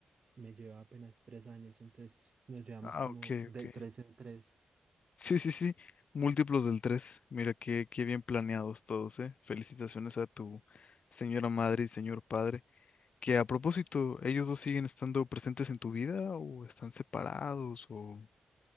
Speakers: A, on the right; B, on the left.
A: me lleva apenas tres años, entonces nos llevamos
B: Ah,
A: como
B: ok,
A: de
B: ok.
A: tres en tres.
B: Sí, sí, sí. Múltiplos del 3. Mira, qué, qué bien planeados todos, ¿eh? Felicitaciones a tu señora madre y señor padre. Que a propósito, ¿ellos dos siguen estando presentes en tu vida o están separados o...?